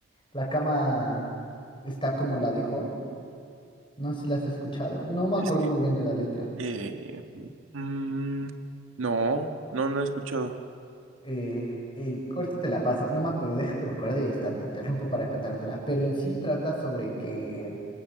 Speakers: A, on the left; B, on the right.
A: la cama está como la dejó, no sé si la has escuchado, no me
B: Es
A: acuerdo
B: que
A: muy bien de la letra,
B: Eh, mm, no, no, no he escuchado.
A: eh, eh, ahorita te la paso, no me acuerdo, deja que me acuerde y está, te interrumpo para cantártela, pero en sí trata sobre que